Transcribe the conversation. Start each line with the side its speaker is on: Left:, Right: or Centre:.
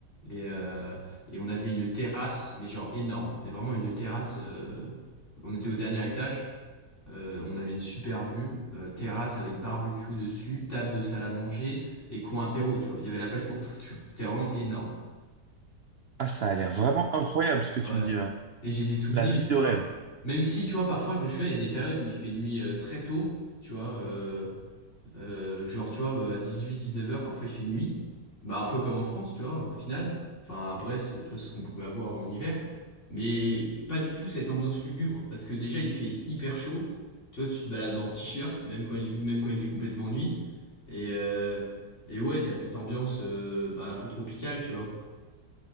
Left: Et, euh, et on avait une terrasse, mais genre énorme, mais vraiment une terrasse. euh, on était au dernier étage. Euh, on avait une super vue, euh, terrasse avec barbecue dessus, table de salle à manger et coin apéro, tu vois. Il y avait la place pour tout, tu vois. C'était vraiment énorme.
Right: Ah, ça a l'air vraiment incroyable ce que tu
Left: Ouais.
Right: me dis là.
Left: Et j'ai des souvenirs,
Right: La vie de
Left: tu
Right: rêve.
Left: vois. Même si, tu vois, parfois, je me souviens, il y a des périodes où il fait nuit euh, très tôt, tu vois. euh, euh, genre, tu vois, à dix-huit dix-neuf heures parfois il fait nuit. Bah, un peu comme en France, tu vois, au final. Enfin, à Brest, tu vois, c'est ce qu'on pouvait avoir en hiver. Mais pas du tout cette ambiance lugubre. Parce que déjà, il fait hyper chaud. Tu vois, tu te balades en t-shirt, même quand il, même quand il fait complètement nuit. Et, euh, et ouais, t'as cette ambiance euh, bah, un peu tropicale, tu vois.